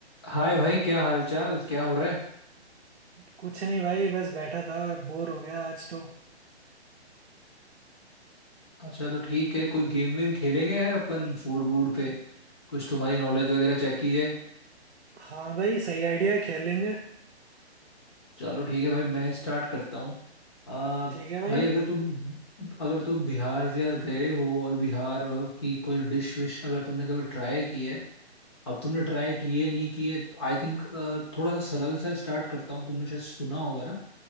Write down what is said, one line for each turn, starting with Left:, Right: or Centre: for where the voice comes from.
Left: हाय भाई क्या हाल चाल क्या हो रहा है
Right: कुछ नहीं भाई बस बैठा था बोर हो गया आज तो
Left: अच्छा तो ठीक है कोई गेम वेम खेलेंगे यार अपन फूड वूड पे कुछ तुम्हारी नॉलेज वगैरह चेक की जाए
Right: हाँ भाई सही आइडिया खेल लेंगे
Left: चलो ठीक है भाई मैं स्टार्ट करता हूँ आ,
Right: ठीक है भाई
Left: भाई अगर तुम अगर तुम बिहार विहार गए हो और बिहार व- की कोई डिश विश अगर तुमने कभी ट्राई की है अब तुमने ट्राई किए नहीं किए आई थिंक थोड़ा सा सरल सा स्टार्ट करता हूँ तुमने शायद सुना होगा ना